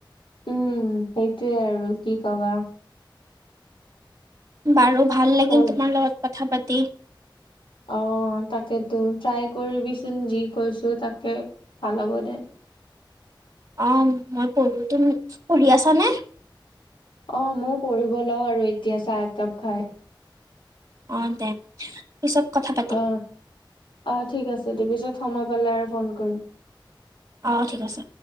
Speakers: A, on the left; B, on the right.
A: উম, সেইটোৱে আৰু কি কবা।
B: বাৰু ভাল লাগিল
A: পঢ়
B: তোমাৰ লগত কথা পাতি।
A: অ', তাকেতো ট্ৰাই কৰিবিচোন যি কৈছো, তাকে ভাল হ'ব দে।
B: অ', মই পঢ়ো, তুমি পঢ়ি আছা নে?
A: অ', মইয়ো পঢ়িব লওঁ আৰু এতিয়া চাহ একাপ খাই।
B: অ', দে পিছত কথা পাতিম।
A: অ অ', ঠিক আছে দে, পিছত সময় পালে আৰু ফোন কৰিম।
B: অ', ঠিক আছে।